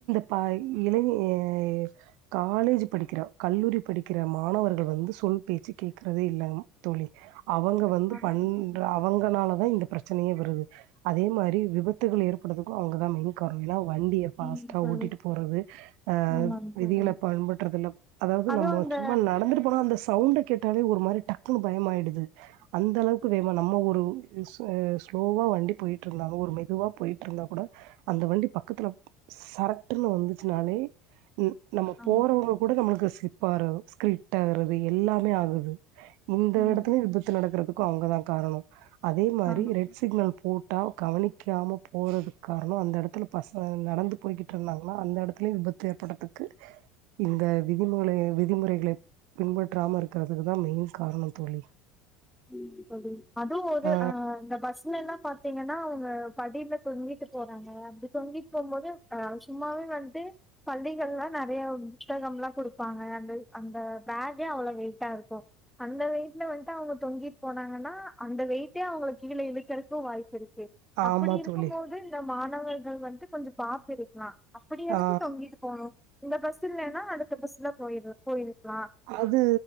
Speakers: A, on the right; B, in the centre.
A: பா ய் இளைஞிர் காலேஜ் படிக்கிற கல்லூரி படிக்கிற மாணவர்கள் வந்து சொல் பேச்சு கேக்குறதே இல்ல தோழி அவங்க வந்து
B: ஆமாங்க
A: பண்றா
B: தோழி
A: அவங்கனால தா இந்த ப்ரச்சனையே வருது அதே மாரி விபத் த்துகள் ஏற்படுதுக்கு அவுங்கதா மெயின் காரணோ ஏன்னா வண்டிய ஃபாஸ்டா
B: ம் தோழி
A: ஓட்டிட்டு போறது அ
B: ஆமாங்க
A: விதிகள
B: தோழி
A: பன்பட்டறதுல அதாவ்து
B: அதுவு
A: நம்ம
B: அந்த
A: சும்மா நடந்துட்டு போனா அந்த சவுண்ட கேட் டாலே ஒரு மாரி டக்குன்னு பயமாயிடுது அந்த அளவுக்கு வேமா நம்ம ஒரு ஸசு ஸ்லோவா வண்டி போயிட்டு இருந்தாலு ஒரு மெதுவா போயிட்டுருந்தா கூட அந்த வண்டி பக்கத்துல சரட்ன்னு வந்துச்சுனாலே ம் நம்ம
B: ஆமா
A: போறவங்க கூட நம்மளுக்கு ஸ்லிப் ஆறது ஸ்கிர்ட் ஆகறது எல்லாமே ஆகுது இந்த
B: ஆமா
A: இடத்துல எந்த்ருச் சு நடக்கறதுக்கும் அவங்கதான் காரணோ அதே மாதிரி
B: ஆமா
A: ரெட் சிக்னல் போட்டா கவனிக்காம போ போறதுக்கு காரணோ அந்த இடத்துல பசங்க நடந்து போய்ட்டு இருந்தாங்களா அந்த இடத்துலயும் விபத்து ஏற்படுறதுக்கு இந்த விதிமுளை விதிமுறைகளை பின்பற்றாமருக்ககுறதுதான் மெயின் காரணம் தோழி
B: ம் அதுவு ஒரு
A: ஆ
B: அ இந்த பஸ்ல எல்லா பாத்தீங்கன்னா அவுங்க படில தொங்கிட்டு போறாங்க அப்டி தொங்கிட்டு போபோது அ சும்மாவே வன்ட்டு பள்ளிகள்லா நெறைய புத்தகம்மிலா குடுப்பாங்க அந்த அந்த பேக்கே அவ்ளோ வெயிட்டா இருக்கு அந்த வெயிட்ல வந்துட்டு அங்கப் தொங்கிட் போனாங்கனா அந்த வெயிட்டே அவங்களுக்கு கீழே இழுக்கிறதுக்கு வாய்ப்பு இருக்கு அப்டி
A: ஆமா
B: இருக்கு
A: தோழி
B: போது இந்த மாணவர்கள் வந்து கொஞ்சம் பாத்து இருக்கலா அப்டி எதுக்கு
A: ஆ
B: தொங்கிட்டு போ இந்த பஸ் இல்லனா அதுக்கு பஸ்ல போயிரு போயிருக்லா
A: அது